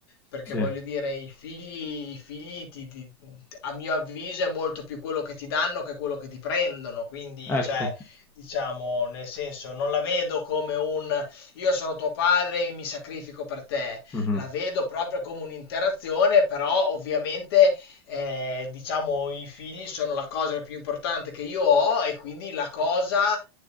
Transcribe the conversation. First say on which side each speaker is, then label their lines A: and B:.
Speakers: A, on the left (about 65°); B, on the left (about 15°).
A: Perché
B: sì.
A: voglio dire, i figli, i figli ti- ti- a mio avviso è molto più quello che ti danno che quello che ti prendono. Quindi,
B: Ecco,
A: cioè, diciamo, nel senso, non la vedo come un io sono tuo padre e mi sacrifico per te.
B: Mhm.
A: La vedo proprio come un'interazione, però ovviamente, eh, diciamo, i figli sono la cosa più importante che io ho e quindi la cosa,